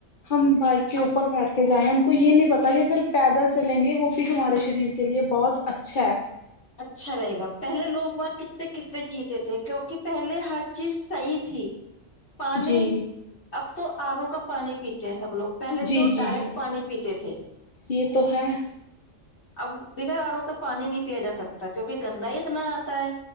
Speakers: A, on the left; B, on the left.
A: ہم بائک کے اوپر
B: اب
A: بیٹھ کے جائیں ان کو یہ نہیں پتہ کہ اگر پیدل چلیں گے وہ بھی ہمارے شریر کے لیے بہت اچھا ہیں
B: اچھا رہے گا پہلے لوگ باہر کتنے کتنے جیتے تھے کہ اوکے پہلے چیز صحیح تھی پانی
A: جی
B: اب تو ارو کا پانی پیتے ہیں سب لوگ پہلے
A: جی
B: تو
A: جی
B: ڈائریکٹ
A: جی
B: پانی پیتے تھے
A: یہ تو ہیں
B: اب دیگر ارو کا پانی نہیں پیا جا سکتا کیونکہ گندا ہی تو میں اتا ہے